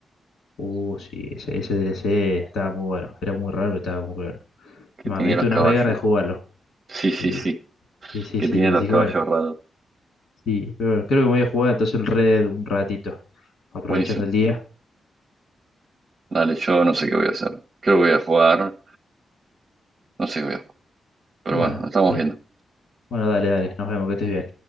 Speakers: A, on the left; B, on the right.
A: Uh, sí, ese, ese DLC estaba muy bueno. Era muy raro, pero estaba muy bueno.
B: que
A: Me
B: tenía
A: diste
B: los
A: una
B: caballos.
A: re gana de jugarlo.
B: Sí,
A: Sí,
B: sí, sí,
A: sí, sí,
B: que
A: sí.
B: tenía
A: Así
B: los caballos
A: que bueno,
B: raros.
A: sí. Pero bueno, creo que me voy a jugar entonces el Red Dead un ratito, aprovechando
B: Buenísimo.
A: el día.
B: Dale, yo no sé qué voy a hacer. Creo que voy a jugar, no sé qué voy a jugar, pero
A: Bueno,
B: bueno, nos estamos
A: ahí.
B: viendo.
A: Bueno, dale, dale. Nos vemos, que estés bien.